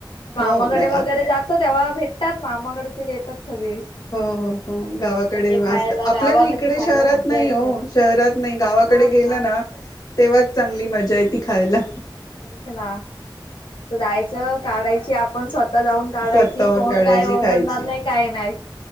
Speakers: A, on the left; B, on the left.
A: मामाकडे
B: हो नाही
A: वगैरे जातो तेव्हा भेटतात मामाकडचे देतात सगळे.
B: हो, हो, हो,
A: हा
B: गावाकडे
A: पण ते खायला
B: अस्त, आपल्या
A: गावाकडचे
B: इकडे
A: खायला
B: शहरात
A: मज्जा
B: नाही
A: येते
B: हो,
A: ना.
B: शहरात नाही गावाकडे
A: हा
B: गेलं ना तेव्हाच चांगली मजा येती खायला
A: तेच ना, मस्त जायचं, काढायची आपण स्वतः आता जाऊन काढायची,
B: स्वतःहून
A: कोन
B: काढायची
A: काय ओरडणार
B: खायची.
A: नाय, काय नाय,